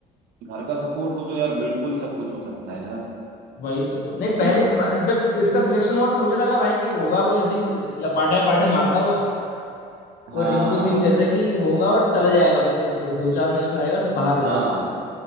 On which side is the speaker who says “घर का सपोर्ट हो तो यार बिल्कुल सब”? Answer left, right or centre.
Right